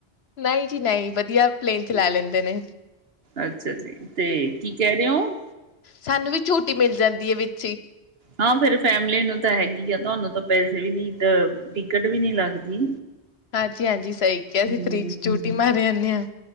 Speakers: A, on the left (about 65°); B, on the right (about 60°).
A: ਨਹੀਂ ਜੀ ਨਹੀਂ ਵਧੀਆ, ਪਲੇਨ ਚਲਾ ਲੈਂਦੇ ਨੇ
B: ਅੱਛਾ ਜੀ, ਤੇ ਕੀ ਕਹਿ ਰਹੇ ਹੋ?
A: ਸਾਨੂੰ ਵੀ ਛੋਟੀ ਮਿਲ ਜਾਂਦੀ ਹੈ ਵਿੱਚ ਹੀ
B: ਹਾਂ ਫੇਰ ਫੈਮਲੀ ਨੂੰ ਤਾਂ ਹੈਗੀ, ਆ ਤੁਹਾਨੂੰ ਤਾਂ ਪੈਸੇ ਵੀ ਨੀ ਟਿਕਟ ਵੀ ਨੀ ਲੱਗਦੀ
A: ਹਾਂਜੀ-ਹਾਂਜੀ, ਸਹੀ ਕਿਹਾ ਅਸੀਂ
B: ਹੂੰ
A: ਫਰੀਜ਼ ਚ ਚੂਟੀ ਮਾਰੇ ਜਾਂਦੇ ਹਾਂ